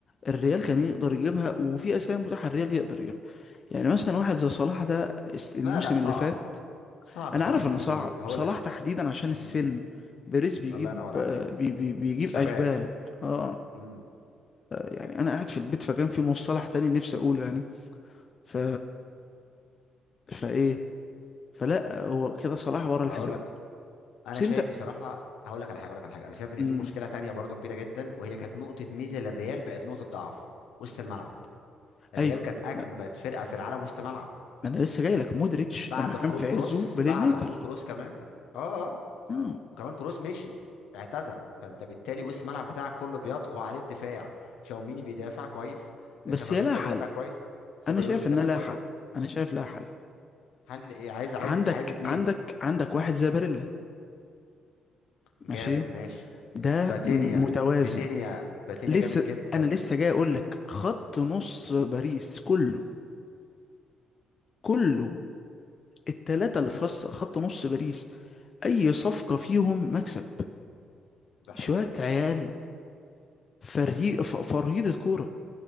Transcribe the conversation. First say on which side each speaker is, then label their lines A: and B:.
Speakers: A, on the left (about 40°); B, on the left (about 85°).
A: الريال كان يقدر يجيبها وفي اسامي متاحه الريال يقدر يجيبها يعني مثلا واحد زي صلاح ده الس- الموسم
B: لا لا صعب
A: اللي فات
B: صعب بصراحة
A: انا عارف
B: يجي
A: انه صعب
B: ليه هقول
A: صلاح
B: لك
A: تحديدا عشان السن
B: امم
A: بيريز بيجيب
B: الله ينور عليك
A: آه، بي بي بيجيب
B: شباب
A: اشبال اه
B: امم
A: يعني انا قاعد في البيت فكان في مصطلح تاني نفسي اقوله يعني ف فايه فلا هو كده صلاح بره الحسابات
B: هقول لك انا
A: بس
B: شايف
A: انت
B: بصراحه هقول لك على حاجه هقول لك على حاجه انا شايف ان
A: امم
B: في مشكله تانية برضو كبيره جدا وهي كانت نقطه ميزه للريال بقت نقطه ضعف وسط الملعب الريال
A: ايوه
B: كانت اجمد
A: ما
B: فرقه في العالم وسط ملعب
A: ما انا لسه جاي لك مودريتش
B: بعد
A: لما كان
B: خروج
A: في عزه
B: كروس
A: بلاي
B: بعد
A: ميكر
B: خروج كروس كمان اه اه
A: آه.
B: وكمان كروس مشي اعتزل فانت بالتالي وسط الملعب بتاعك كله بيطغى عليه الدفاع تشاوميني بيدافع كويس
A: بس
B: كافامينجا
A: هي لها حل
B: بيدافع كويس سيبايوس
A: انا شايف
B: بيدافع
A: انها لها
B: كويس
A: حل انا شايف لها حل
B: هل ايه عايز عايز
A: عندك
B: عايز اتنين
A: عندك عندك واحد زي باريلا
B: جامد
A: ماشي
B: ماشي
A: ده
B: باتينيا
A: م- متوازن
B: باتينيا باتينيا
A: لسه
B: جامد جدا
A: انا لسه جاي اقول لك خط نص باريس كله كله التلاتة اللي في خص- خط نص باريس اي صفقة فيهم مكسب
B: ده
A: شوية
B: حقيقة
A: عيال فرهي ف- فرهيدة كورة